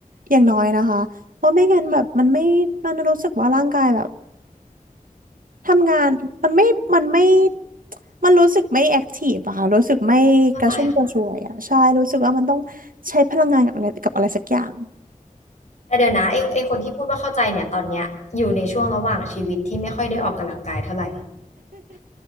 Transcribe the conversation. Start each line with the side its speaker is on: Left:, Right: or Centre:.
Right: อย่างน้อยนะคะเพราะไม่งั้นแบบมันไม่มันรู้สึกว่าร่างกายแบบทำงานมันไม่มันไม่มันรู้สึกไม่แอคทีฟอะค่ะรู้สึกไม่กระชุ่มกระชวยอะใช่รู้สึกว่ามันต้อง
Left: เข้าใจค่ะ
Right: ใช้พลังงานกับอะไรกับอะไรสักอย่าง
Left: แต่เดี๋ยวนะไอ้ไอ้คนที่พูดว่าเข้าใจเนี่ยตอนเนี้ยอยู่ในช่วงระหว่างชีวิตที่ไม่ค่อยได้ออกกำลังกายเท่าไหร่